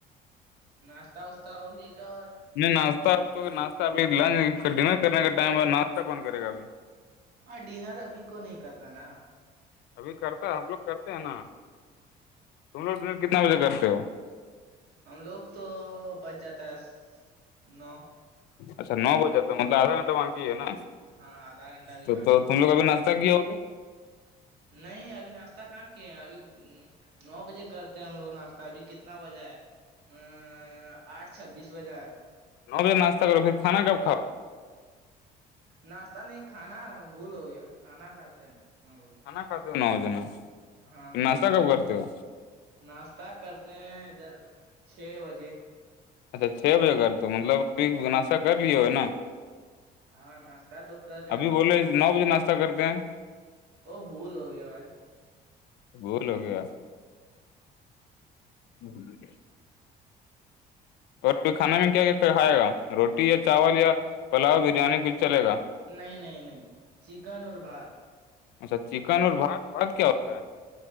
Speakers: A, on the right; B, on the left.
A: ناشتہ واشتہ ہو گیا کیا اور
B: نہیں ناشہ اب تو ناشہ ابھی لنچ کر دینا کرنے کا ٹائم ہے ناشہ کون کرے گابھی <inaudible>
A: ہاں ڈنر ابھی کو نہیں کہتا نا
B: ابھی کرتا ہے ہم لوگ کرتے ہیں نا تم لوگ ڈ کتنا بجے کرتے ہو <inaudible>
A: ہم لوگ تو بچ جاتا ہے نو
B: اچھا نو بج جاتا مطلب آدا گھنٹہ مانگی ہے نا
A: ہاں آدھا گھنٹہ ابھی
B: تو
A: باقی
B: تو تم
A: ہے
B: لوگ ابھی ناشتہ کیا ہوگے <inaudible>
A: نہیں ابھی ناشتہ کہاں کیے ہیں ابھی نو بجے کرتے ہیں ہم لوگ ناشتہ ابھی کتنا بجہ ہے ا آٹھ چھبیس بجا
B: نو بجے ناشہ کرو پھر کانا کب کاؤ
A: ناشتہ نہیں کھانا بھول ہو گیا کھانا کھاتے ہیں نو بجے
B: کھانا کھاتے ہو نو بجے نا
A: ہاں
B: پھر
A: ہاں
B: ناشتہ کب کرتے ہو
A: ناشتہ کرتے ہیں ادھر چھ بجے
B: اچھا چھ بجے کر دو مطلببھی گناسہ کر لیے ہے نا
A: ہاں ناشتہ تو کر رہے
B: ابھی
A: ہیں، اب
B: بولے
A: کھانا
B: نو بجے ناشتہ کرتے ہیں
A: وہ بھول ہو گیا بھائی
B: بول ہو گیا <inaudible> ہک <inaudible> اور کھانے میں کیا کیا کھائے گا روٹی یا چاول یا پلاؤ بریانی کھ چلے گا
A: نہیں نہیں نہیں چکن اور بات
B: اچھا چکن اور بھات بھات کیا ہوتا ہے